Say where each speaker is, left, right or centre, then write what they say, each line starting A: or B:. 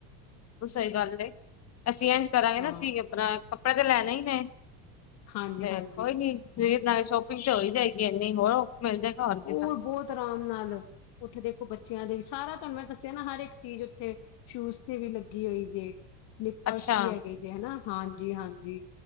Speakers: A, on the left; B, on the left.
A: ਸਹੀ ਗੱਲ ਅਸੀਂ ਇੰਝ ਕਰਾਂਗੇ
B: ਹਾਂ
A: ਨਾ ਅਸੀਂ ਆਪਣਾ ਕੱਪੜੇ ਤੇ ਲੈਣੇ ਹੀ ਨੇ
B: ਹਾਂਜੀ-ਹਾਂਜੀ।
A: ਤੇ ਕੋਈ ਨੀ ਫ ਨਾਲ ਸ਼ੋਪਿੰਗ ਚ ਹੋਈ ਜਾਏਗੀ ਇੰਨੀ ਹੋਰ ਮਿਲ ਜਾਏਗਾ ਹੋਰ ਕਿਸ
B: ਉਹ
A: ਸਾਨੂੰ
B: ਬਹੁਤ ਆਰਾਮ ਨਾਲ ਉੱਥੇ ਦੇਖੋ ਬੱਚਿਆਂ ਦੇ ਸਾਰਾ ਤੁਹਾਨੂੰ ਮੈਂ ਦੱਸਿਆ ਨਾ ਹਰ ਇੱਕ ਚੀਜ਼ ਉੱਥੇ ਸ਼ੂਜ ਤੇ ਵੀ ਲੱਗੀ ਹੋਈ ਜੇ ਸਲੀਪਰਸ
A: ਅੱਛਾ,
B: ਵੀ ਹੈਗੇ ਜੇ ਹਨਾ ਹਾਂਜੀ ਹਾਂਜੀ